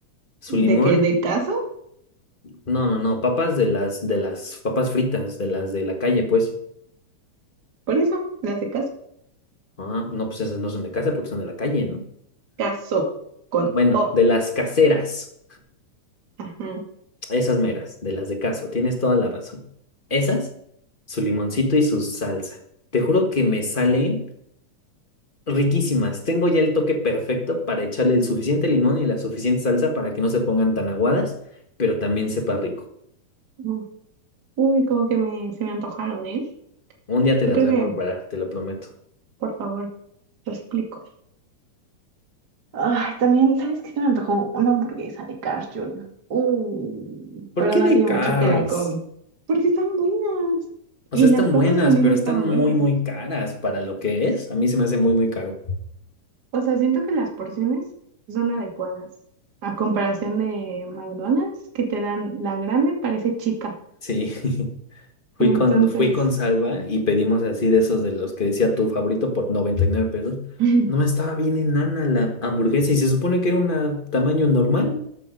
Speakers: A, on the left; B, on the right.
A: su limón,
B: ¿De que ¿De caso?
A: no, no, no, papas de las, de las papas fritas, de las de la calle, pues.
B: Por eso, las de caso.
A: Ah, no, pues esas no son de casa porque son de la calle, ¿no?
B: Caso con
A: Bueno,
B: O.
A: de las caseras.
B: Ajá.
A: Esas meras, de las de caso, tienes toda la razón. Esas, su limoncito y su salsa. Te juro que me salen riquísimas. Tengo ya el toque perfecto para echarle el suficiente limón y la suficiente salsa para que no se pongan tan aguadas, pero también sepa rico.
B: Uf, Uy, como que me, se me antojaron, ¿eh?
A: Un día te
B: Yo
A: las
B: creo
A: voy
B: que,
A: a preparar, te lo prometo.
B: por favor, lo explico. Ay, también, ¿sabes qué se me antojó? Una hamburguesa de Carl Jr. Uh,
A: ¿Por
B: pero
A: qué
B: no
A: de
B: tiene
A: Carl's?
B: mucho que la come. Porque están buenas.
A: O
B: Y
A: sea, están
B: las papas
A: buenas,
B: también
A: pero
B: están
A: están muy,
B: buenas.
A: muy caras para lo que es. A mí se me hace muy, muy caro.
B: O sea, siento que las porciones son adecuadas. A comparación de McDonald's, que te dan la grande, parece chica.
A: Sí. <laughs> Fui
B: Entonces,
A: con, fui con Salva y pedimos así de esos de los que decía tu favorito por 99 pesos.
B: <laughs>
A: No estaba bien enana la hamburguesa y se supone que era un tamaño normal.